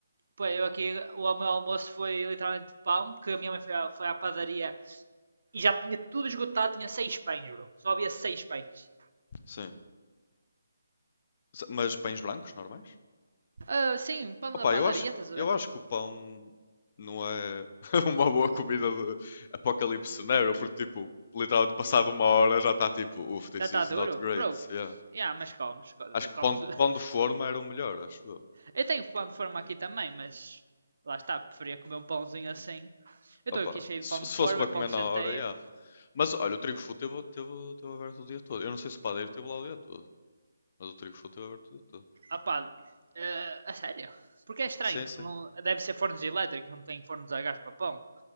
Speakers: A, on the right; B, on the left.
A: Pô, eu aqui, o meu almoço foi literalmente pão, que a minha mãe foi à, foi à padaria e já tinha tudo esgotado, tinha seis pães, bro. Só havia seis pães.
B: Sim. Mas pães brancos, normais?
A: Ah, sim, pão
B: Opa,
A: da padaria,
B: eu acho,
A: estás a
B: eu
A: ver?
B: acho que o pão não é <laughs> uma boa comida de apocalipse scenario, porque, tipo, literalmente passado uma hora já está tipo, uff, this
A: Já está
B: is
A: duro?
B: not great.
A: Bro,
B: Yeah.
A: yeah, mas comes, co-
B: Acho que
A: comes.
B: pão, de-
A: <laughs>
B: pão de forma era o melhor, acho eu.
A: Eu tenho pão de forma aqui também, mas lá está, preferia comer um pãozinho assim. Eu
B: Opa,
A: estou aqui cheio
B: se,
A: de pão de
B: se
A: forma,
B: fosse para
A: pão
B: comer
A: de
B: na
A: chanteio.
B: hora, yeah. Mas olha, o trigo full teve, teve, teve aberto o dia todo. Eu não sei se o padeiro teve lá o dia todo, mas o trigo full teve aberto o dia todo.
A: Ah pá, eh, a sério? Porque é estranho,
B: Sim,
A: porque
B: sim.
A: não, deve ser fornos elétricos, não tem fornos a gás para pão.